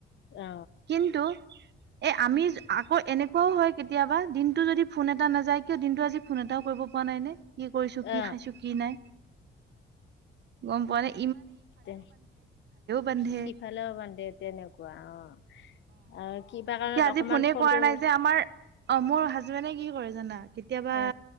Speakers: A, on the left; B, on the right.
A: উম অ
B: কিন্তু এ আমি আকৌ এনেকুৱাও হয় কেতিয়াবা। দিনটো যদি ফোন এটা নাযায়। কিয় দিনটো আজি ফোন এটাও কৰিব পৰা নাই নে? কি কৰিছো,
A: অ
B: কি খাইছো কি নাই, গম পোৱা নাই।
A: দে
B: বান্ধে
A: সিফালেও বাদ্ দে তেনেকুৱা অ। অ কি? কাৰণত
B: আজি
A: অকমান
B: ফোনে
A: ফটো
B: কৰা নাই যে আমাৰ, অ মোৰ হাজবেডে কি কৰে জানা কেতিয়াবা
A: অ